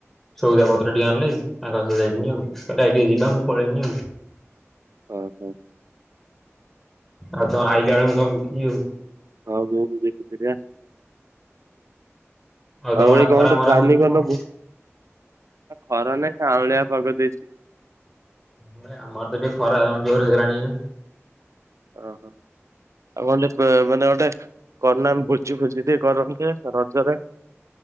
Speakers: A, in the centre; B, on the right.
A: ସଉଦା ପତ୍ର ଟିକେ ଆଲି ତାଙ୍କ ସହତ ଯାଇକିନି ଆଉ ଟିକେ ଯିବା ମୁଁ ପଳେଇନି ଆଉ।
B: ଓ ହୋ।
A: ଆଉ ତମ ଆଇ ଜଣେ ମୁଁ ତମକୁ ଦେଖିବି ଆଉ।
B: ହଉ ମୁ ଦେଖିତରିଆ।
A: ତମ
B: ଆଉ
A: ଆଡେ
B: ଏଇ କଣ
A: ଖରା
B: ଗୋଟେ
A: ମରା
B: ପ୍ଲାନିଂ
A: ହଉଛି ନା
B: କରୁନ
A: କଣ?
B: ଖରା ନାଇଁ କାଉଁଳିଆ ପାଗ ଦେଇଛି।
A: ଭାଇ ଆମର ତ ଟିକେ ଖରା ଜୋର ହେଇଗଲାଣି ଏ।
B: ଓହୋ। ଆଉ କଟେ ମାନେ ଗୋଟେ କରନା ଭୋଜି ଭୋଜି ଟ କରନ୍ତି ରଜରେ।